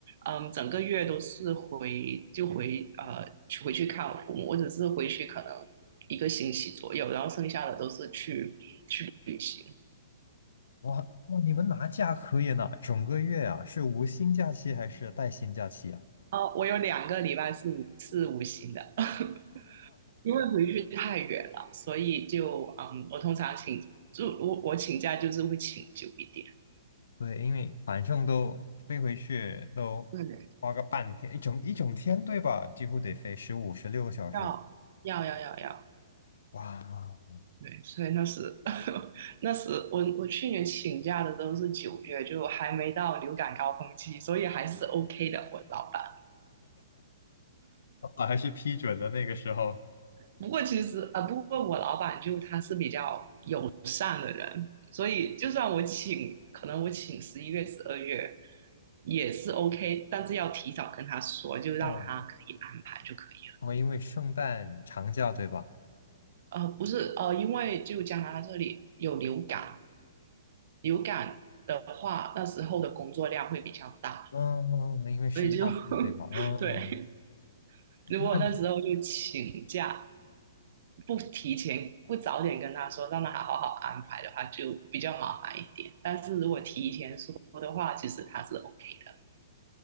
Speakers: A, on the right; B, on the left.
A: 嗯，整个月都是回就回呃去回去看我父母，我只是回去可能一个星期左右，然后剩下的都是去去旅行。
B: 哇哇，你们拿假可以呢，整个月啊，是无薪假期还是带薪假期啊？
A: 哦，我有两个礼拜是无是无薪的。<laughs> 因为回去太远了，所以就嗯，我通常请就我我请假就是会请久一点，
B: 对，因为反正都飞回去都花个半天，
A: 对，
B: 一整一整天，对吧？几乎得飞十五、十六个小时。
A: 要要要要要，
B: 哇 <laughs>，
A: 对，所以那时 <laughs> 那时我我去年请假的时候是九月，就还没到流感高峰期，所以还是 OK 的，我老板。
B: 啊还是批准的那个时候。
A: 不过其实呃，不过我老板就他是比较友善的人，所以就算我请，可能我请十一月、十二月也是 OK，但是要提早跟他说，就让他可以安排就可以
B: 哦，我因为圣诞长假，对吧？
A: 了。呃，不是呃，因为就加拿大这里有流感，流感的话那时候的工作量会比较大，
B: 嗯，因为是药剂，
A: 所以就 <laughs>
B: 对吧？嗯，
A: 对，如果那时候就请假
B: 那
A: 不提前不早点跟他说，让他好好安排的话，就比较麻烦一点。但是如果提前说的话，其实他是 OK 的。